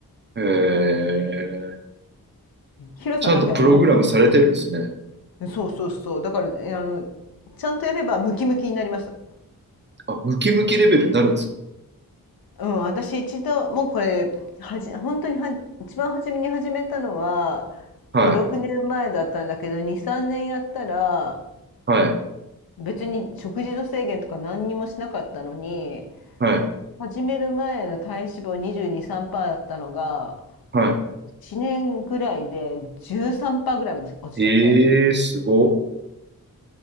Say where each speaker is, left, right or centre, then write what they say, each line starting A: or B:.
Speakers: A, on the right; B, on the left.
A: ええ
B: ヒロさんなんかやります運動
A: ちゃんとプログラムされてるんですね。
B: そうそうそうだからあのちゃんとやればムキムキになります
A: あ、ムキムキレベルになるんですか
B: うん、私一度もうこれはじ本当には一番初めに始めたのは56年前だったんだけど23年やったら
A: はい、はい、
B: 別に食事の制限とか何にもしなかったのに
A: はい、
B: 始める前の体脂肪2223%だったのが
A: は
B: 1年ぐらいで13%ぐらいまで落ちちゃって
A: い。ええすごっ。